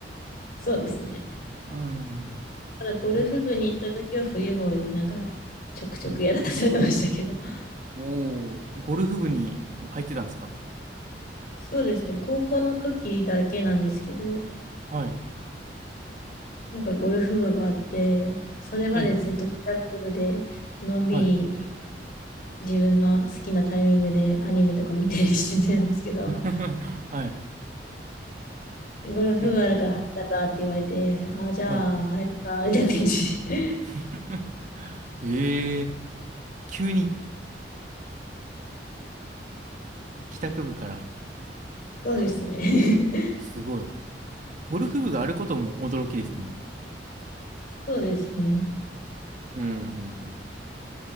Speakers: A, on the left; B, on the right.
A: <laughs> そうですね。
B: うーん。
A: ただゴルフ部に行った時は冬もなんかちょくちょくやらされましたけど。
B: なる。はい。
A: <laughs>
B: おお、ゴルフ部にも入ってたんですか
A: そうですね。高校の時だけなんですけど、
B: はい。
A: なんかゴルフ部があって、それまでずっと帰宅部でのんびり
B: ええ、はい。
A: 自分の好きなタイミングでアニメとか見たりしてたんですけど、
B: <laughs> はい。
A: ゴルフ部あるから入ったらって言われて、
B: え、
A: ああ、じゃあ入るか、
B: はい。
A: みたいな感じ。<laughs>
B: <laughs> ええ、急に帰宅部から。
A: そうですね。<laughs>
B: すごい。ゴルフ部があることも驚きですね。
A: そうですね。
B: うん、うん、